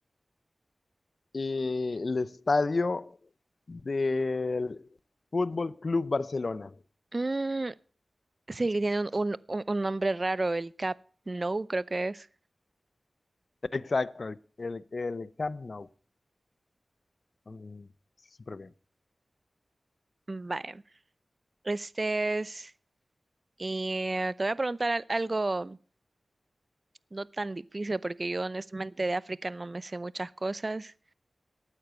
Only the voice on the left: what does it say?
eh, el estadio del Fútbol Club Barcelona?
Exacto, el, el- el Camp Nou. Mm, súper bien.